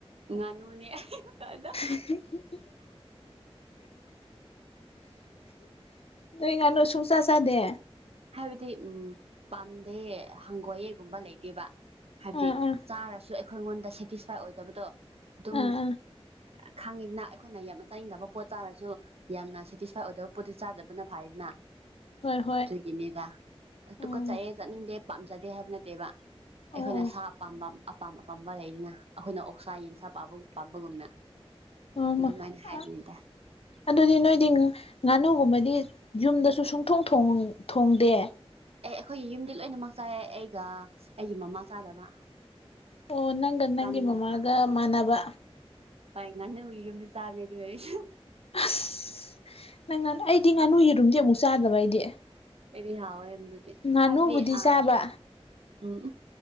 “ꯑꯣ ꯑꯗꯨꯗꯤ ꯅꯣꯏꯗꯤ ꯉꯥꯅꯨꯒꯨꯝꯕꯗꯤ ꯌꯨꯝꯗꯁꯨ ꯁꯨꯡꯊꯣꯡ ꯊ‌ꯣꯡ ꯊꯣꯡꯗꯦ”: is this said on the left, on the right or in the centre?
Left